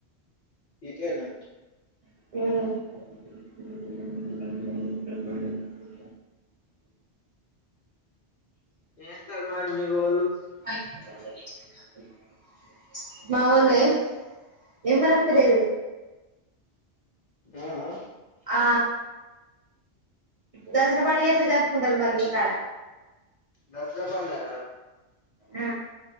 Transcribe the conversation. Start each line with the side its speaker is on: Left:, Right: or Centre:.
Left: సిటియేనా
Right: ఉమ్
Left: ఏం జేస్తరు మరి మీ వొళ్ళు
Right: <inaudible> మా వొళ్ళే ఏం గనొత్తలేదు
Left: ఆ అ
Right: ఆ దసరా పండుగ ఎట్లా జరుపుకుంటారు మరి మీకాడ
Left: దసరా పండుగ నా
Right: ఆ